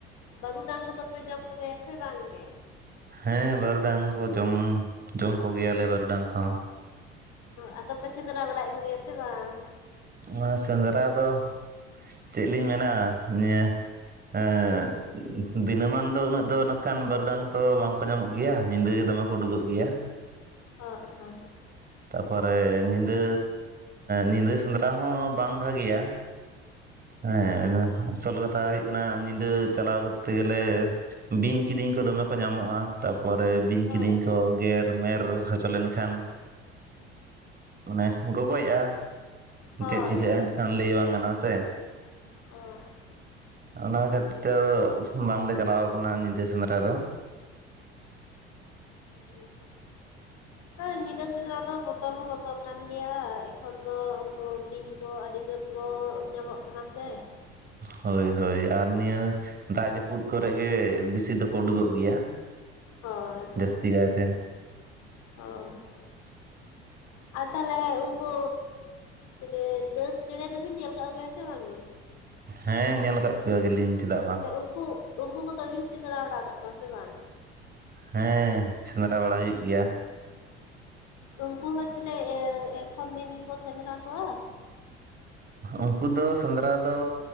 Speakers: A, on the left; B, on the right.
A: ᱵᱟᱹᱨᱩᱰᱟᱝ ᱠᱚᱫᱚᱯᱮ ᱡᱚᱢ ᱠᱚᱜᱟᱭᱟ ᱥᱮ ᱵᱟᱝᱜᱮ?
B: ᱦᱮᱸ ᱵᱟᱹᱨᱩᱰᱟᱝ ᱠᱚ ᱡᱚᱢ ᱡᱚᱢ ᱠᱚᱜᱮᱭᱟᱞᱮ ᱵᱟᱹᱨᱩᱰᱟᱝ ᱠᱚᱦᱚᱸ᱾
A: ᱟᱫᱚ ᱯᱮ ᱥᱮᱫᱨᱟ ᱵᱟᱲᱟᱭᱮᱫ ᱵᱟᱰᱟᱭᱮᱫ ᱠᱚᱜᱮᱭᱟ ᱥᱮ ᱵᱟᱝ?
B: ᱱᱚᱣᱟ ᱥᱮᱸᱫᱽᱨᱟ ᱫᱚ ᱪᱮᱫ ᱞᱤᱧ ᱢᱮᱱᱟ ᱱᱤᱭᱟᱹ ᱮᱸ ᱫᱤᱱᱟᱹᱢᱟᱱ ᱫᱚ ᱩᱱᱟᱹᱜ ᱫᱚ ᱱᱟᱠᱷᱟᱱ ᱵᱟᱹᱨᱩᱰᱟᱝ ᱛᱚ ᱵᱟᱝᱠᱚ ᱧᱟᱢᱚᱜ ᱜᱮᱭᱟ ᱧᱤᱫᱟᱹ ᱜᱮ ᱫᱚᱢᱮ ᱠᱚ ᱩᱰᱩᱠᱚᱜ ᱜᱮᱭᱟ᱾
A: ᱦᱟᱹᱭ ᱦᱟᱹᱭ᱾
B: ᱛᱟᱯᱚᱨᱮ ᱧᱤᱫᱟᱹ ᱧᱤᱫᱟᱹ ᱥᱮᱸᱫᱽᱨᱟ ᱦᱚᱸ ᱵᱟᱝ ᱵᱷᱟᱹᱜᱤ ᱭᱟ᱾ ᱦᱮᱸ ᱟᱥᱳᱞ ᱛᱟ ᱦᱩᱭᱩᱜ ᱠᱟᱱᱟ ᱧᱤᱫᱟᱹ ᱪᱟᱞᱟᱣ ᱠᱚᱨᱛᱮ ᱜᱮᱞᱮ ᱵᱤᱧ ᱠᱤᱫᱤᱧ ᱠᱚ ᱫᱚᱢᱮ ᱠᱚ ᱧᱟᱢᱚᱜᱼᱟ ᱯᱚᱨᱮ ᱵᱤᱧ
A: ᱦᱳᱭ
B: ᱠᱤᱫᱤᱧ
A: ᱦᱳᱭ
B: ᱠᱚ ᱜᱮᱨ ᱢᱮᱨ ᱦᱚᱪᱚ ᱞᱮᱱᱠᱷᱟᱱ ᱢᱟᱱᱮ ᱜᱚᱜᱚᱡᱼᱟ᱾
A: ᱦᱳᱭ
B: ᱪᱮᱫ ᱪᱤᱠᱟᱹᱜᱼᱟ
A: ᱦᱳᱭ
B: ᱢᱮᱱᱠᱷᱟᱱ ᱞᱟᱹᱭ ᱵᱟᱝ ᱜᱟᱱᱚᱜᱼᱟ ᱥᱮ
A: ᱦᱳᱭ
B: ᱚᱱᱟ ᱠᱷᱟᱹᱛᱤᱨ ᱛᱮ ᱵᱟᱝᱞᱮ ᱪᱟᱞᱟᱣ ᱠᱟᱱᱟ ᱧᱤᱫᱟᱹ ᱥᱮᱸᱫᱽᱨᱟ ᱫᱚ
A: ᱦᱳᱭᱛᱚ ᱦᱚ ᱧᱤᱫᱟᱹ ᱥᱮᱸᱤᱫᱨᱟ ᱫᱚ ᱵᱚᱛᱚᱨ ᱦᱚᱸ ᱵᱚᱛᱚᱨ ᱠᱟᱱ ᱜᱮᱭᱟ ᱮᱠᱷᱚᱱ ᱫᱚ ᱩᱱᱠᱩ ᱵᱤᱧ ᱠᱚ ᱟᱹᱰᱤ ᱡᱳᱨᱻᱻ ᱠᱚ ᱧᱟᱢᱚᱜ ᱠᱟᱱᱟ ᱥᱮ
B: ᱦᱳᱭ ᱦᱳᱭ ᱟᱨ ᱱᱤᱭᱟᱹᱻᱻ ᱫᱟ ᱡᱟᱹᱯᱩᱫ ᱠᱚᱨᱮ ᱜᱮ ᱵᱮᱥᱤ ᱫᱚᱠᱚ ᱩᱰᱩᱠᱚᱜ ᱜᱮᱭᱟ
A: ᱦᱳᱭ
B: ᱡᱟᱹᱥᱛᱤ ᱠᱟᱭᱛᱮ
A: ᱦᱳᱭ <unintelligible> ᱟᱨ ᱛᱟᱦᱚᱞᱮ ᱩᱱᱠᱩᱻᱻ ᱪᱮ <unintelligible> ᱪᱮᱬᱮ ᱫᱚᱵᱤᱱ ᱧᱮᱞ ᱠᱟᱸ ᱠᱚᱜᱮᱭᱟ ᱥᱮ ᱵᱟᱝᱜᱮ
B: ᱦᱮᱸ ᱧᱮᱞ ᱠᱟᱫᱻᱻ <unintelligible> ᱜᱮᱞᱤᱧ ᱪᱮᱫᱟᱜᱻᱻ
A: ᱛᱟᱦᱚᱞᱮ ᱩᱱᱠᱩ ᱩᱱᱠᱩ ᱠᱚᱫᱚᱵᱤᱱ ᱥᱮᱸᱫᱽᱨᱟ ᱵᱟᱲᱟ ᱠᱟᱫ ᱠᱚᱣᱟ ᱥᱮ ᱵᱟᱝ
B: ᱦᱮᱸ ᱥᱮᱸᱫᱽᱨᱟ ᱵᱟᱲᱟ ᱦᱩᱭᱩᱜ ᱜᱮᱭᱟ
A: ᱩᱱᱠᱩ ᱦᱚᱸ ᱪᱚᱞᱮᱫ ᱮᱠᱷᱚᱱ ᱫᱤᱱ ᱜᱮᱠᱚ ᱥᱮᱸᱫᱽᱨᱟ ᱠᱚᱣᱟ
B: ᱩᱱᱠᱩ ᱫᱚ ᱥᱮᱸᱫᱽᱨᱟ ᱫᱚᱻᱻ